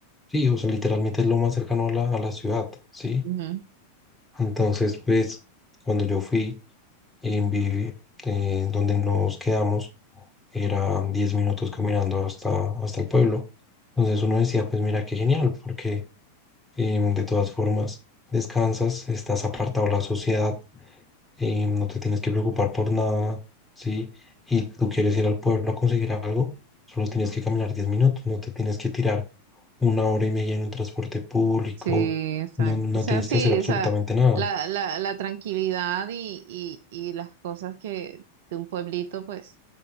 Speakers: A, in the centre; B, on the right.
A: Sí, o sea, literalmente es lo más cercano a la, a la ciudad, ¿sí?
B: ujú.
A: Entonces, pues, cuando yo fui... en vi- eh, donde nos quedamos era 10 minutos caminando hasta, hasta el pueblo. Entonces uno decía, pues mira qué genial, porque em, de todas formas descansas, estás apartado de la sociedad, em, no te tienes que preocupar por nada, ¿sí? Y tú quieres ir al pueblo a conseguir algo, solo tienes que caminar 10 minutos, no te tienes que tirar una hora y media en un transporte público,
B: Sí, exacto.
A: no, no
B: O sea,
A: tienes
B: sí,
A: que hacer absolutamente
B: o sea,
A: nada.
B: la, la, la tranquilidad y, y, y las cosas que de un pueblito, pues,